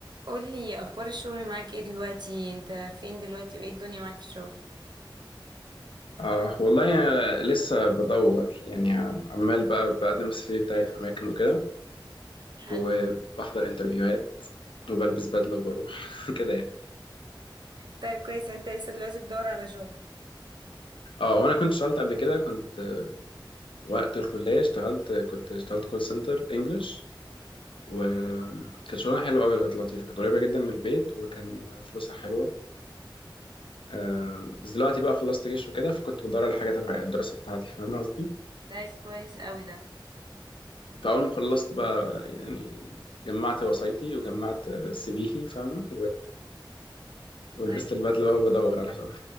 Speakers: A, on the right (about 60°); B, on the left (about 80°).
A: قولي اخبار الشغل معاك ايه دلوقتي انت فين دلوقتي وايه الدنيا معاك في الشغل
B: آه والله أنا لسه بدور يعني عمال بقى بقدم السي في بتاعي في أماكن وكده
A: حلو
B: وبحضر انترفيوهات وبلبس بدلة وبروح <laughs> كده يعني
A: طيب كويس انت لسه دلوقتي بتدور على شغل
B: اه وأنا كنت اشتغلت قبل كده كنت آه، وقت الكلية اشتغلت كنت اشتغلت كول سنتر انجلش وكانت شغلانة حلوة أوي كانت لطيفة كانت قريبة جدا من البيت وكان فلوسها حلوة آه، بس دلوقتي بقى خلصت جيش وكده فكنت بدور على حاجة تبع الدراسة بتاعتي فاهم قصدي؟
A: طيب كويس قوي ده
B: فأول ما خلصت بقى يعني جمعت وصايتي وجمعت آه، سي فيي فاهمة ولبست
A: طيب
B: البدله بقى وبدور على شغل